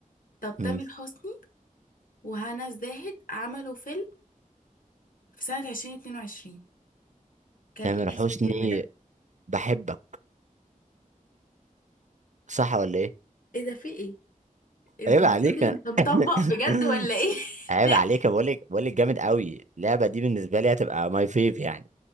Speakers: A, on the left; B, on the right.
A: طب
B: امم
A: تامر حسني وهنا الزاهد عملوا فيلم في سنة 2022 كان
B: تامر
A: ايه
B: حسني
A: اسم الفيلم ده؟
B: بحبك صح ولا إيه؟
A: ايه ده في ايه؟ انت
B: عيب
A: <laughs> بجد
B: عليك أنا
A: انت مطبق بجد
B: <clears throat> <laughs>
A: ولا ايه؟
B: عيب
A: <laughs>
B: عليك بقول لك بقول لك جامد قوي اللعبة دي بالنسبة لي هتبقى ماي فيف يعني